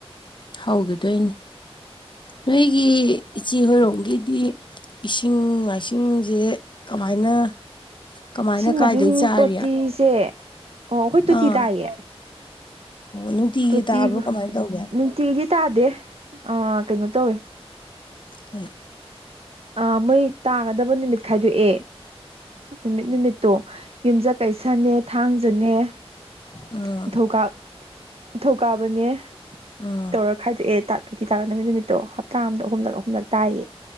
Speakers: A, on the left; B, on the right.
A: ꯍꯧꯒꯗꯣꯏꯅꯤ ꯅꯣꯏꯒꯤ ꯏꯆꯤ ꯍꯔꯣꯡꯒꯤꯗꯤ ꯏꯁꯤꯡ ꯃꯥꯏꯁꯤꯡꯁꯦ ꯀꯃꯥꯏꯅ ꯀꯃꯥꯏꯅ
B: ꯏꯁꯤꯡ
A: ꯀꯥꯏꯗꯩ
B: ꯃꯁꯤꯡ
A: ꯆꯥꯔꯤ
B: ꯇꯣꯇꯤꯁꯦ
A: ꯑꯥ
B: ꯑꯣ ꯑꯩꯈꯣꯏ ꯇꯣꯇꯤ
A: ꯑꯣ
B: ꯇꯥꯏꯌꯦ
A: ꯅꯨꯡꯇꯤꯒꯤ
B: ꯇꯣꯇꯤ
A: ꯇꯥꯕ꯭ꯔꯣ ꯀꯃꯥꯏꯅ ꯇꯧꯒꯦ
B: ꯅꯨꯡꯇꯤꯗꯤ ꯇꯥꯗꯦ ꯑ ꯀꯩꯅꯣ ꯇꯧꯋꯦ
A: ꯎ
B: ꯑ ꯃꯣꯏ ꯇꯥꯒꯗꯕ ꯅꯨꯃꯤꯠ ꯈꯥꯏꯗꯣꯛꯑꯦ ꯅꯨꯃꯤꯠ ꯅꯨꯃꯤꯠ ꯇꯣ ꯌꯨꯝꯖꯠ ꯀꯩꯁꯅꯦ ꯊꯥꯡꯖꯅꯦ
A: ꯑꯥ
B: ꯅꯤꯡ ꯊꯧꯀꯥꯞ ꯊꯧꯀꯥꯕꯅꯦ
A: ꯑꯥ
B: ꯇꯧꯔ ꯈꯥꯏꯗꯣꯛꯑꯦ ꯇ ꯇꯨꯇꯤ ꯇꯥꯔꯛꯗꯃꯤ ꯅꯨꯃꯤꯠꯇꯣ ꯍꯞꯇꯥ ꯑꯗ ꯑꯍꯨꯝꯂꯛ ꯑꯍꯨꯝꯂꯛ ꯇꯥꯏꯌꯦ